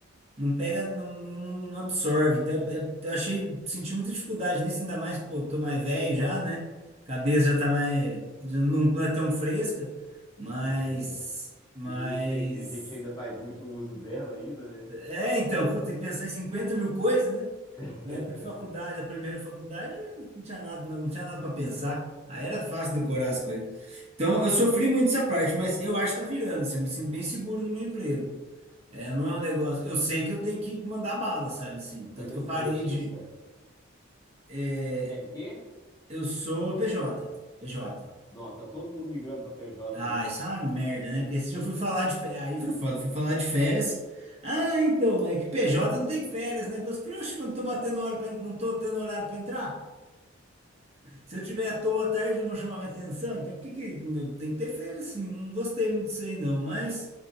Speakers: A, on the right; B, on the left.
A: Não pega, não, não, não não absorve. Então, é- eu achei, senti muita dificuldade nisso, ainda mais, pô, tô mais velho já, né? Cabeça já tá mais, já não, não é tão fresca, mas,
B: <laughs>
A: mas
B: E a gente, a gente ainda faz muito uso dela ainda, né?
A: é, então, pô, tem que pensar em 50 mil coisas, né?
B: <laughs>
A: Na época de faculdade, a primeira faculdade, não tinha nada, não tinha nada para pensar. Aí era fácil decorar as coisas. Então, eu sofri muito essa parte, mas eu acho que tá virando, assim, eu me sinto bem seguro no meu emprego. É, não é um negócio. Eu sei que eu tenho que mandar bala, sabe assim?
B: Mas
A: Tanto
B: é
A: que
B: seletista?
A: eu parei de. é,
B: CLT?
A: eu sou PJ, PJ.
B: Não, tá todo mundo migrando para PJ,
A: Ah,
B: né?
A: isso é uma merda, né? Porque se eu fui falar de férias, aí foi foda, fui falar de férias. Ah, então, mas é que PJ não tem férias, né? Eu falei, oxe, mas não tô batendo hora pra, não tô tendo horário pra entrar. Se eu tiver à toa à tarde, não vou chamar minha atenção. Então, por que que não- tem que ter férias, sim? Não gostei muito disso aí, não. Mas